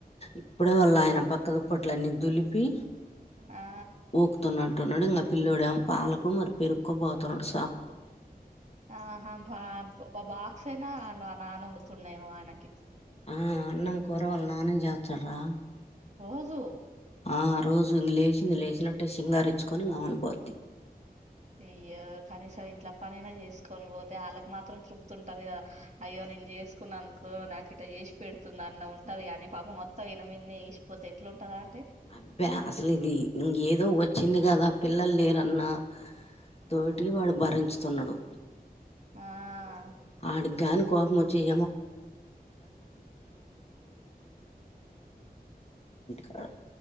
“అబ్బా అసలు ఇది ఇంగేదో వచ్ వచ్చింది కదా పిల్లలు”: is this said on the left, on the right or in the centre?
Left